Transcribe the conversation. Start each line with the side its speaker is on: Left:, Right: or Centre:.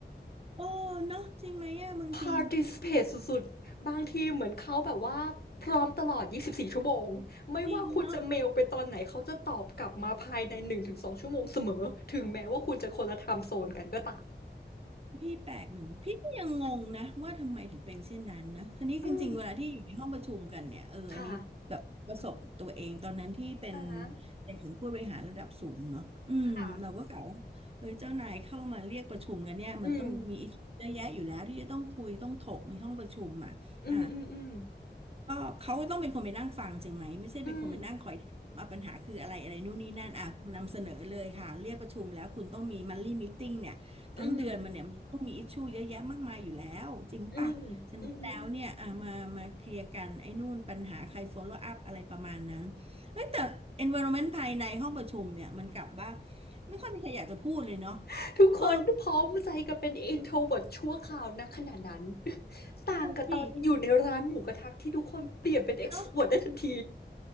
Right: โอ้เนาะจริงไหมอะบางที
Left: participate สุดๆบางทีเหมือนเขาแบบว่าพร้อมตลอด24ชั่วโมงไม่ว่าคุณจะเมลไปตอนไหนเขาจะตอบกลับมาภายใน1-2ชั่วโมงเสมอถึงแม้ว่าคุณจะคนละไทม์โซนกันก็ตาม
Right: จริงเนาะ พี่แปลกเหมือนพี่ก็ยังงงนะว่าทำไมถึงเป็นเช่นนั้นนะทีนี้จริงๆเวลาที่อยู่ในห้องประชุมกันเนี่ยเอออันนี้แบบประสบกับตัวเองตอนนั้นที่เป็น
Left: อืมค่ะอะฮะ
Right: ในถึงผู้บริหารระดับสูงเนาะอืมเราก็กะว่าเออเจ้านายเข้ามาเรียกประชุมกันเนี่ยมันต้องมีอิชเยอะแยะอยู่แล้วที่จะต้องคุยต้องถกในห้องประชุมอ่ะอ่า
Left: ค่ะอืมอืมอืมอืม
Right: ก็เขาต้องเป็นคนไปนั่งฟังใช่ไหมไม่ใช่เป็นคนไปนั่งคอยมาปัญหาคืออะไรอะไรนู่นนี่นั่นอ่ะนำเสนอเลยค่ะเรียกประชุมแล้วคุณต้องมีมันลี่ม
Left: อืม
Right: e ติ้งเนี่ยทั้งเดือนมันเนี่ยมันต้องมีอิชชูเยอะแยะมากมายอยู่แล้วจริงป่ะฉะนั้นแล้วเนี่ยอ่ะมามาเคลียร์กันไอ้นู่นปัญหาใคร
Left: อืมอืมอืม
Right: follow up อะไรประมาณนั้นเอ้ยแต่ environment ภายในห้องประชุมเนี่ยมันกลับว่าไม่ค่อยมีใครอยากจะพูดเลยเนาะ
Left: ๆทุกคนพร้อมใจกันเป็น
Right: เออ
Left: introvert ชั่วคราวณขณะนั้น <laughs> ต่างกับตอนอยู่ในร้านหมูกระทะที่ทุกคนเปลี่ยนเป็น
Right: งงดิ
Left: extrovert
Right: เนาะ
Left: ได้ทันที